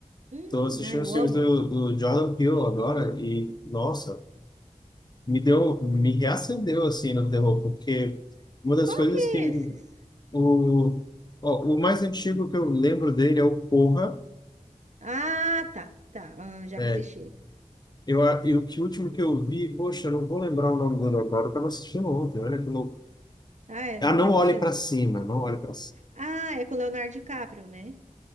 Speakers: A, on the right; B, on the left.
A: Hum,
B: Estou assistindo
A: ai, eu
B: os filmes
A: amo.
B: do, do Jordan Peele agora e, nossa, me deu, me reacendeu assim no terror, porque uma das
A: Qual
B: coisas
A: que é
B: que
A: esses?
B: o, ó, o mais antigo que eu lembro dele é o Corra.
A: Ah, tá, tá. Ah, já
B: É,
A: assisti.
B: eu, a- e o que último que eu vi, poxa, eu não vou lembrar o nome dele agora, eu estava assistindo ontem, olha que louco.
A: Ah, é, não,
B: Ah, não
A: a gente
B: olhe para
A: é...
B: cima, não olhe para
A: Ah, é com o Leonardo DiCaprio, né?